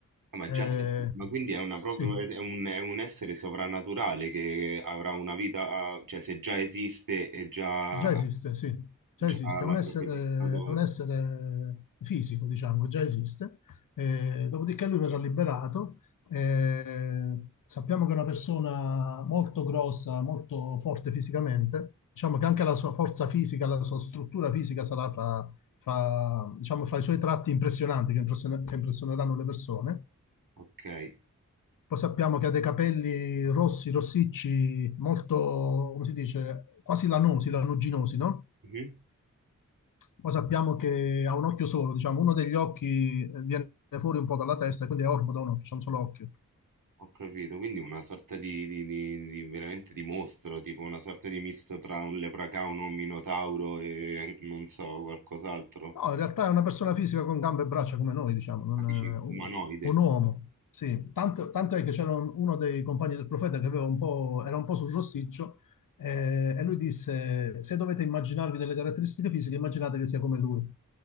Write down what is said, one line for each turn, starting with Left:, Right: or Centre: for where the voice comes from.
Right: Ah, ma
Left: Eh,
Right: già eh, sì, ma quindi è una proprio
Left: sì,
Right: è un è un essere sovrannaturale che avrà una vita cioè se già esiste e già
Left: Già esiste, sì, già
Right: già
Left: esiste,
Right: l'ha
Left: è un
Right: profetizzato
Left: essere, è un essere fisico, diciamo, che già esiste. Eh, dopodiché lui verrà liberato. Eh, sappiamo che è una persona molto grossa, molto forte fisicamente. Diciamo che anche la sua forza fisica, la sua struttura fisica sarà fra, fra, diciamo, fra i suoi tratti impressionanti che, impression- che impressioneranno le persone.
Right: okay.
Left: Poi sappiamo che ha dei capelli rossi, rossicci, molto, come si dice, quasi lanosi, lanuginosi, no?
Right: Mh-mh.
Left: Poi sappiamo che ha un occhio solo, diciamo, uno degli occhi eh, viene fuori un po' dalla testa, e quindi è orbido, no, c'è un solo occhio.
Right: Ho capito, quindi una sorta di di di di veramente di mostro, tipo una sorta di misto tra un leprecaun, un minotauro e non so, qualcos'altro.
Left: No, in realtà è una persona fisica con gambe e braccia come noi, diciamo, non
Right: Ah, dici
Left: è un
Right: umanoide?
Left: un uomo. Sì, tanto, tanto è che c'era un- uno dei compagni del profeta che aveva un po', era un po' sul rossiccio eh, e lui disse, se dovete immaginarvi delle caratteristiche fisiche, immaginate che sia come lui.